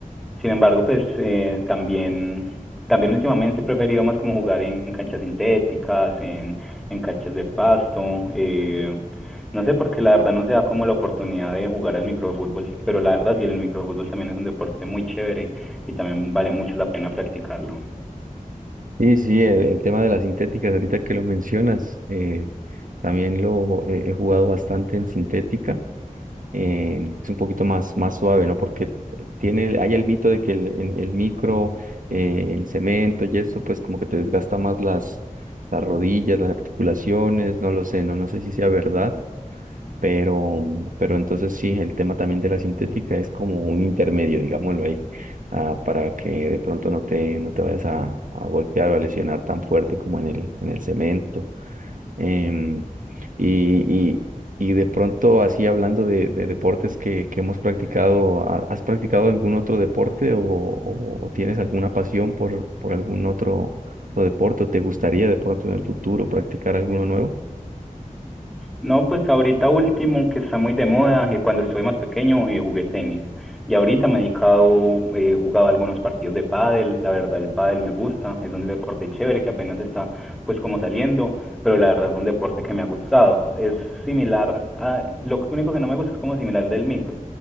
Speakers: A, in the centre; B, on the right (about 70°).
A: Sin embargo, pues eh, también también últimamente he preferido más como jugar en canchas sintéticas, en, en canchas de pasto. eh, no sé, porque la verdad no se da como la oportunidad de jugar al microfútbol, pero la verdad sí, el microfútbol también es un deporte muy chévere y también vale mucho la pena practicarlo.
B: sí sí, el, el tema de las sintéticas, ahorita que lo mencionas, eh, también lo eh, he jugado bastante en sintética. eh, es un poquito más, más suave, ¿no? Porque t- tiene, hay el mito de que el, en- el micro, eh, en cemento y eso, pues como que te desgasta más las, las rodillas, las articulaciones, no lo sé, no, no sé si sea verdad, pero, pero entonces sí, el tema también de la sintética es como un intermedio, digámoslo ahí, ah, para que de pronto no te, no te vayas a, a golpear o a lesionar tan fuerte como en el, en el cemento. Em, y, y- y de pronto, así hablando de, de deportes que, que hemos practicado, ¿ha- ¿has practicado algún otro deporte o, o- o tienes alguna pasión por, por algún otro, otro deporte? ¿O te gustaría de pronto en el futuro practicar alguno nuevo?
A: No, pues ahorita último, que está muy de moda, que cuando estuve más pequeño eh, jugué tenis. Y ahorita me he dedicado, eh, jugaba algunos partidos de pádel, la verdad el pádel me gusta, es un deporte chévere que apenas está pues como saliendo, pero la verdad es un deporte que me ha gustado. Es similar a, lo único que no me gusta es como similar al del micro,